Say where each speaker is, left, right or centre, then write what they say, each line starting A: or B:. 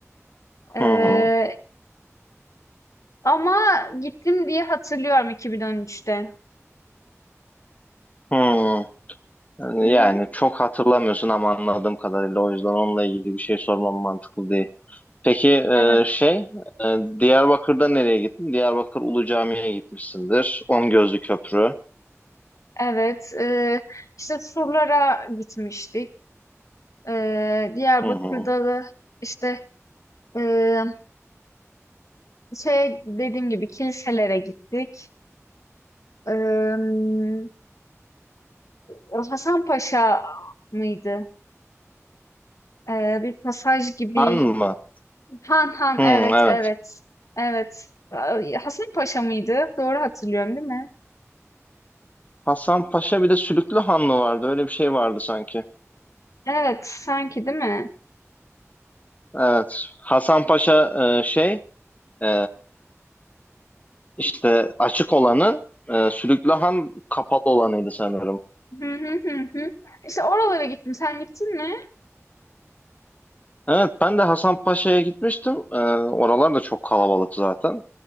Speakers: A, on the left; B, on the left.
A: Ee,
B: Hı hı.
A: Ama gittim diye hatırlıyorum 2013'te.
B: Hı. Yani,
A: Hı hı.
B: yani çok hatırlamıyorsun ama anladığım kadarıyla o yüzden onunla ilgili bir şey sormam mantıklı değil. Peki e,
A: Evet.
B: şey e, Diyarbakır'da nereye gittin? Diyarbakır Ulu Cami'ye gitmişsindir. On Gözlü Köprü.
A: Evet, eee, işte surlara gitmiştik. Eee, Diyarbakır'da
B: Hı hı.
A: da işte eee şey dediğim gibi kiliselere gittik. Eee o Hasan Paşa mıydı? Eee, bir pasaj gibi.
B: Han mı?
A: Han Han
B: Hı,
A: evet
B: evet.
A: evet. Evet. Ay, Hasan Paşa mıydı? Doğru hatırlıyorum değil mi?
B: Hasan Paşa bir de Sülüklü Han mı vardı? Öyle bir şey vardı sanki.
A: Evet sanki değil mi?
B: Evet. Hasan Paşa e, şey e, işte açık olanı e, Sülüklü Han kapalı olanıydı sanırım.
A: Hı hı, hı hı. İşte oralara gittim. Sen gittin mi?
B: Evet ben de Hasan Paşa'ya gitmiştim. E, oralar da çok kalabalık zaten.